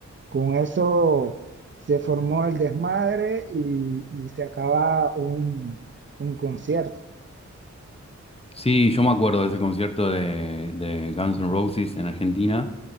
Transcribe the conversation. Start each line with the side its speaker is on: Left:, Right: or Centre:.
Right: Con eso se formó el desmadre y, y se acaba un, un concierto.
Left: sí, yo me acuerdo de ese concierto de, de Guns N' Roses en Argentina